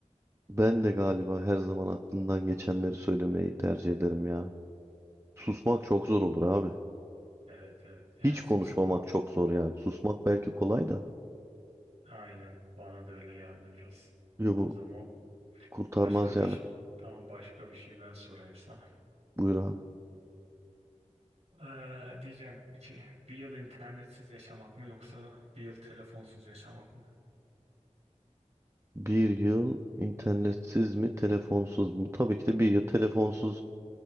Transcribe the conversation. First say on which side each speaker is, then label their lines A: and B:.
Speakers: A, on the right; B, on the right.
A: ben de galiba her zaman aklından geçenleri söylemeyi tercih ederim ya. Susmak çok zor olur abi.
B: Evet evet
A: Hiç
B: yersiz
A: konuşmamak
B: var.
A: çok zor yani. Susmak belki kolay da.
B: Aynen bana da öyle geldi biraz.
A: Yo bu
B: O zaman
A: kurtarmaz
B: başka
A: yani.
B: bir ş- tamam başka bir şey ben sorayım sana.
A: Buyur abi.
B: Ee, diyeceğim ki bir yıl internetsiz yaşamak mı yoksa bir yıl telefonsuz yaşamak mı?
A: Bir yıl internetsiz mi telefonsuz mu? Tabii ki de bir yıl telefonsuz